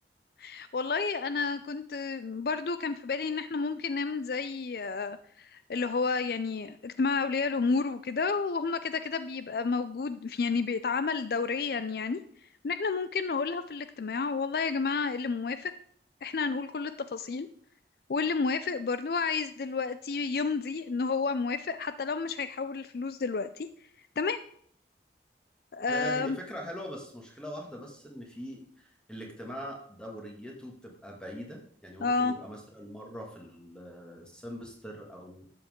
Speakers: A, on the left; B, in the centre.
A: <laughs> والله انا كنت برضو كان في بالي ان احنا ممكن نعمل زي آه، اللي هو يعني اجتماع اولياء الامور وكده وهم كده كده بيبقى موجود في- يعني بيتعمل دوريا يعني ان احنا ممكن نقولها في الاجتماع والله يا جماعة إيه اللي موافق احنا هنقول كل التفاصيل واللي موافق برضو عايز دلوقتي يمضي ان هو موافق حتى لو مش هيحول الفلوس دلوقتي تمام اه
B: آه، هي فكرة حلوة بس مشكلة واحدة بس إن في الاجتماع دوريته بتبقى بعيدة يعني ممكن
A: اه
B: يبقى مثلا مرة في ال- السمستر أو